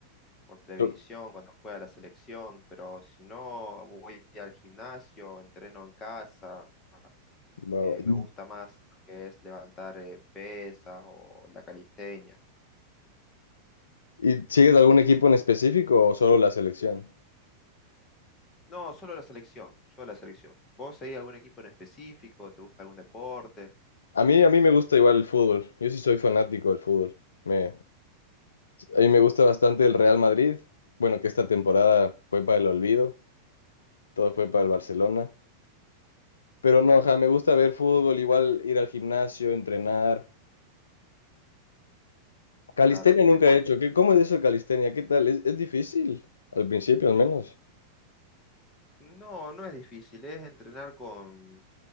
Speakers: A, on the left (about 20°); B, on the left (about 70°).
A: por televisión
B: Yo-
A: cuando juega la selección, pero si no voy al gimnasio, entreno en casa,
B: va,
A: eh,
B: va.
A: me gusta más lo que es levantar eh, pesas o la calistenia.
B: ¿Y sigues algún equipo en específico o solo la selección?
A: No, solo la selección, solo la selección. ¿Vos seguís algún equipo en específico? ¿Te gusta algún deporte?
B: A mí, a mí me gusta igual el fútbol. Yo sí soy fanático del fútbol. Me, a mí me gusta bastante el Real Madrid. Bueno, que esta temporada fue para el olvido, todo fue para el Barcelona. Pero no, ajá, me gusta ver fútbol, igual ir al gimnasio, entrenar. Calistenia
A: Claro.
B: nunca
A: depo-
B: he hecho. ¿Qué, cómo es eso de calistenia? ¿Qué tal? Es, es difícil, al principio al menos,
A: No, no es difícil, es entrenar con